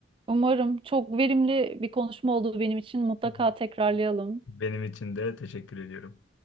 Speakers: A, on the right; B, on the left.
A: Umarım çok verimli bir konuşma oldu benim için. Mutlaka
B: Hı hı.
A: tekrarlayalım.
B: Benim için de teşekkür ediyorum.